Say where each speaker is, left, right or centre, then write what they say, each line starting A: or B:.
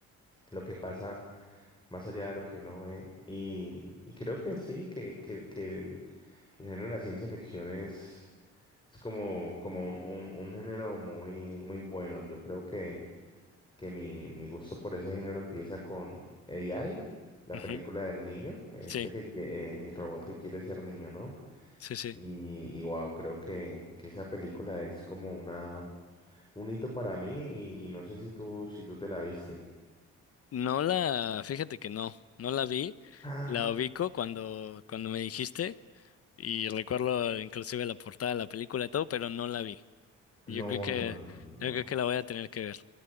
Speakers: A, on the left (about 15°); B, on the left (about 50°).
A: lo que pasa más allá de lo que uno ve. Y, y creo que sí, que, que, que el, el género de la ciencia ficción es, es como, como un, un, un género muy, muy bueno. Yo creo que que mi, mi gusto por ese género empieza con AI, la
B: Ujú.
A: película del niño, este
B: Sí,
A: que, qui- eh, el robot que quiere ser niño, ¿no?
B: sí, sí.
A: Y, y wow, creo que, que esa película es como una, un hito para mí y, y no sé si tú, si tú te la viste.
B: No la, fíjate que no, no la vi,
A: Ah,
B: la ubico cuando, cuando me dijiste y recuerdo inclusive la portada de la película y todo, pero no la vi. Yo
A: no,
B: creo que,
A: no, no, no,
B: yo
A: no.
B: creo que la voy a tener que ver.